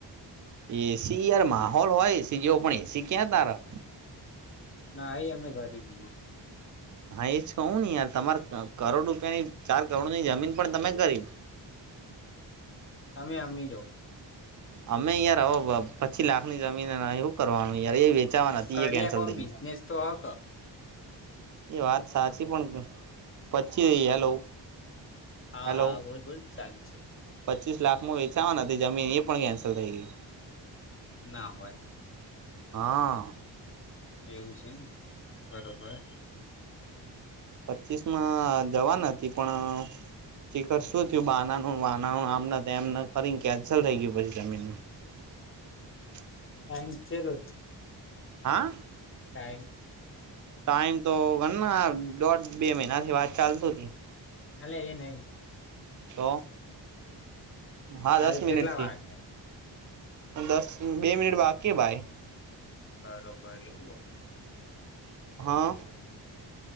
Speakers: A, on the right; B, on the left.
A: એ. સી યાર માહોલ હોય જેવો પણ એ. સી ક્યાં સારા
B: ના એ અમે કરી તી
A: હા, એ જ કહું ને યાર તમારે કરોડ રૂપિયાની ચાર કરોડની જમીન પણ તમે કરી,
B: તમે અમી જ
A: અમે યાર હવે પ્પચી લાખની જમીન અને હુ કરવાનું યાર એ વેચાવાની હતી
B: કડિયા
A: એ કેન્સલ
B: કોમ
A: થઈ.
B: બિઝનેસ તો આકા
A: એ વાત સાચી પણ પછી, હેલો
B: હા
A: હેલો
B: હા બોલ બોલ ચાલુ છે
A: પચીસ લાખમાં વેચાવાની હતી જમીન એ પણ કેન્સલ થઈ ગઈ,
B: ના હોય
A: હ
B: એવું છે, બરોબર
A: પચીસ માં દેવા નથી પણ શીખર શું થયું બાનાનું વાનાનું આમના તેમ કરીને કેન્સલ થઈ ગયું પછી જમીનનું, <inaudible>
B: ટાઈમ ચેટલો થ્યો
A: હા
B: કાઈ
A: ટાઈમ તો ઘણના દોઢ બે મહિનાથી વાત ચાલતી તી
B: હાલે એ નહી
A: તો હા
B: હાલ
A: દસ મિનિટ
B: કેટલા
A: થી
B: વાગ્યા
A: દસ બે મિનિટ બાકી હે ભાઈ
B: બરોબર એવું હો
A: હા